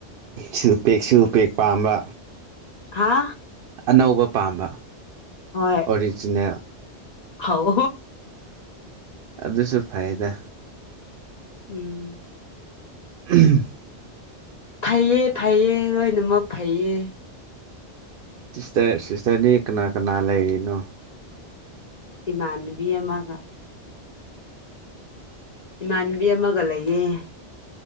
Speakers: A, on the right (about 65°); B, on the left (about 45°).
A: ꯁꯤꯜ ꯄꯦꯛ ꯁꯤꯜ ꯄꯦꯛ ꯄꯥꯝꯕ
B: ꯍꯥꯥ
A: ꯑꯅꯧꯕ ꯄꯥꯝꯕ
B: ꯍꯣꯏ
A: ꯑꯣꯔꯤꯖꯤꯅꯦꯜ
B: ꯍꯧ
A: ꯑꯗꯨꯁꯨ ꯐꯩꯌꯦꯗ
B: ꯎꯝ
A: <unintelligible>
B: ꯐꯩꯌꯦ ꯐꯩꯌꯦ ꯂꯣꯏꯅꯃꯛ ꯐꯩꯌꯦ
A: ꯁꯤꯁꯇꯔ ꯁꯤꯁꯇꯔꯗꯤ ꯀꯅꯥ ꯀꯅꯥ ꯂꯩꯔꯤꯅꯣ
B: ꯏꯃꯥꯟꯅꯕꯤ ꯑꯃꯒ ꯏꯃꯥꯟꯅꯕꯤ ꯑꯃꯒ ꯂꯩꯌꯦ